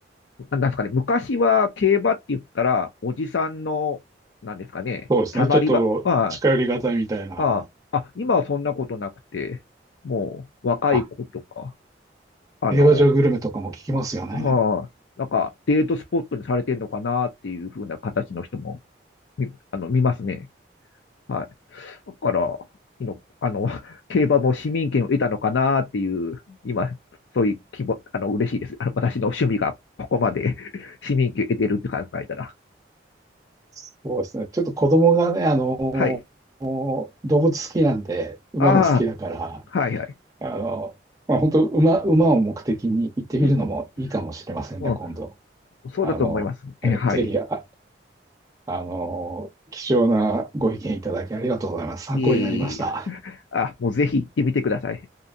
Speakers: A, on the left (about 85°); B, on the right (about 20°).
A: なんですかね、昔は競馬って言ったら、おじさんの、なんですかね、
B: そうですね。
A: たまり場、
B: ちょっと近寄りがたいみたいな。
A: ああ、ああ、あ今はそんなことなくて、もう、若い子とか、
B: あ、
A: あの、
B: 映画場グルメとかも聞きますよね。
A: はい、なんかデートスポットにされてるのかなっていう風な形の人も見、あの、見ますね。はい。だから、いの、あの、<laughs> 競馬も市民権を得たのかなっていう、今、そういう気も、あの、嬉しいです。あの、私の趣味がここまで <laughs> 市民権を得てるって考えたら。
B: そうですね。ちょっと子供がね、あの、
A: はい。
B: 動物好きなんで、馬も好きだから、
A: ああ、はいはい。
B: あの、まあ、本当馬、馬を目的に行ってみるのもいいかもしれませんね、
A: うん、うん、
B: 今度。
A: そうだと思います。
B: あの、
A: え、
B: え、
A: はい。
B: ぜひ、ああの、貴重なご意見いただきありがとうございます。参考になりました。
A: いえいえいえ、あ、もうぜひ行ってみてください。